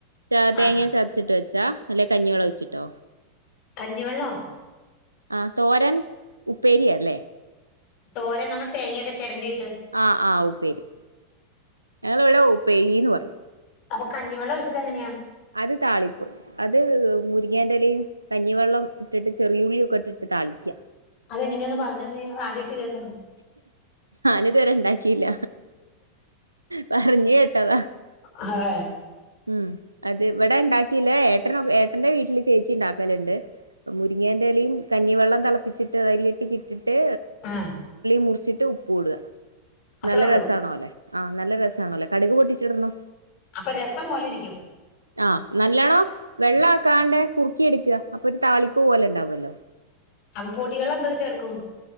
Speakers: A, on the right; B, on the left.
A: തേ തേങ്ങ
B: ആ
A: ച വച്ചിട്ട് വച്ചാ അല്ലേ കഞ്ഞിവള്ളം ഒഴിച്ചിട്ടോ?
B: കഞ്ഞിവെള്ളോ
A: ആ തോരൻ ഉപ്പേരി അല്ലേ
B: തോരൻ നമ്മൾ തേങ്ങൊക്കെ ചിരണ്ടിയിട്ട്
A: ആഹ് ആഹ് ഉപ്പേരി ഞങ്ങളിവിടെ ഉപ്പേരിന്ന് പറയും
B: അപ്പൊ കഞ്ഞിവെള്ള ഒഴിച്ചിട്ടു എങ്ങനെയാ
A: അത് താളിപ്പ് അത് മുരിങ്ങേന്റലയും കഞ്ഞിവെള്ളം ഇട്ടിട്ട് ചെറിയുള്ളിഒക്കെ ഇട്ടിട്ട് താളിക്കുക
B: അതെങ്ങനെയെന്ന് പറഞ്ഞ് തന്നെ അത് ആദ്യ ആയിട്ട് കേൾക്കാണ്
A: ഞാനിതുവരെ ഉണ്ടാക്കിയില്ല പറഞ് കേട്ടതാ
B: ആഹ്
A: ഉം അത് ഇവിടെ ഉണ്ടാക്കില്ലേ ഏട്ടന ഏട്ടന്റെ വീട്ടില് ചേച്ചി ഇണ്ടാക്കല്ണ്ട് മുരിങ്ങേന്റെലയും കഞ്ഞിവെള്ളം തിളപ്പിച്ചിട്ട് അതിലേട്ട് ഇട്ടിട്ട്
B: ഉം
A: മുറിച്ചിട്ട് ഉപ്പ് ഇടുക
B: അത്രേ
A: നല്ല
B: ഉള്ളൂ
A: രസാണോല്ലെ ആഹ് നല്ല രസാണോല്ലെ കടുക് പൊട്ടിച്ചിടണം
B: അപ്പൊ രസം പോലെ ഇരിക്കും
A: ആഹ് നല്ലോണം വെള്ള ആക്കാണ്ട് കുറുക്കി എടുക്കുക അപ്പൊ ഒരു താളിപ്പ് പോലെ ഉണ്ടാവും അല്ലോ
B: അപ്പൊ പൊടികൾ എന്തൊക്കെ ചേർക്കും